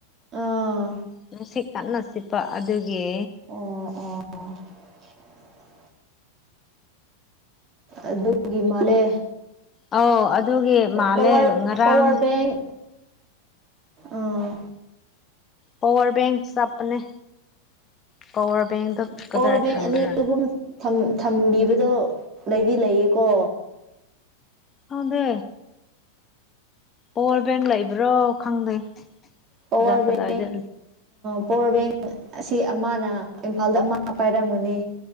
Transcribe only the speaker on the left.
ꯅꯨꯡꯁꯤꯠ ꯀꯅ ꯆꯠꯄ ꯑꯗꯨꯒꯤ
ꯑꯧ ꯑꯗꯨꯒꯤ ꯃꯥꯜꯂꯦ
ꯉꯔꯥꯡ
ꯄꯋꯥꯔ ꯕꯦꯡ ꯆꯞꯄꯅꯦ ꯄꯋꯥꯔ ꯕꯦꯡꯗꯣ ꯀꯗꯥꯏ
ꯊꯝꯕ꯭ꯔꯥ
ꯈꯪꯗꯦ ꯄꯋꯥꯔ ꯕꯦꯡ ꯂꯩꯕ꯭ꯔꯣ ꯈꯪꯗꯦ
ꯀꯗꯥꯏ
ꯀꯗꯥꯏꯗ